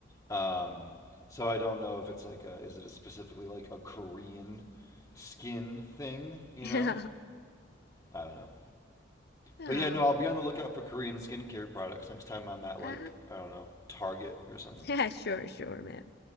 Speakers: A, on the left; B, on the left.
A: Um, so I don't know if it's like a is it a specifically like a Korean skin thing, you
B: <laughs>
A: know?
B: Yeah.
A: I don't know.
B: Oh.
A: But yeah, no, I'll be on the lookout for Korean skincare products next time I'm at like
B: Uh-huh.
A: I don't know Target or something.
B: <laughs> Yeah. Sure. Sure, man.